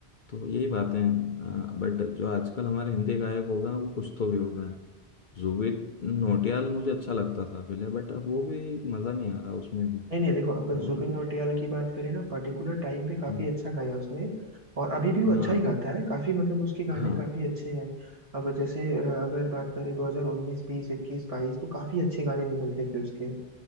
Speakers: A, on the left (about 50°); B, on the right (about 35°).
A: तो यही बातें हैं बट जो आजकल हमारे हिंदी गायक होगा वो कुछ तो भी होगा जुबिन नौटियाल मुझे अच्छा लगता था पहले बट अब वो भी मज़ा नहीं आ रहा उसमें भी
B: नहीं नहीं देखो अगर
A: और
B: जुबिन नौटियाल की बात करें ना पर्टिकुलर टाइम पे काफी
A: हम्म,
B: अच्छा गाया उसने और अभी भी वो
A: हाँ
B: अच्छा ही गाता है काफी मतलब उसके गाने
A: हाँ
B: काफी अच्छे हैं अब जैसे अ, अगर बात करें 2019 20 21 22 तो काफी अच्छे गाने निकलते थे उसके